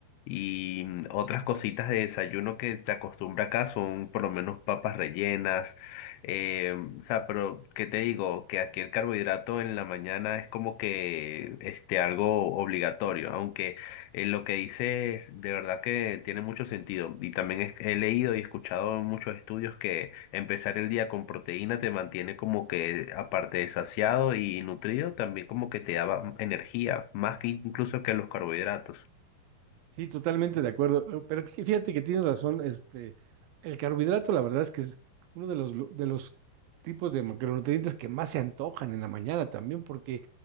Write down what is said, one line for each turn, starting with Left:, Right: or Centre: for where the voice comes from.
Left: Y mm, otras cositas de desayuno que se acostumbra acá son por lo menos papas rellenas. eh, o sea, pero ¿qué te digo? Que aquí el carbohidrato en la mañana es como que este, algo obligatorio, aunque eh, lo que dices de verdad que tiene mucho sentido. Y también es- he leído y escuchado en muchos estudios que empezar el día con proteína te mantiene como que aparte de saciado y nutrido, también como que te da energía, más que incluso que los carbohidratos.
Right: Sí, totalmente de acuerdo. eh, Pero fí- fíjate que tienes razón, este, el carbohidrato, la verdad es que es uno de los, lu- de los tipos de macronutrientes que más se antojan en la mañana también, porque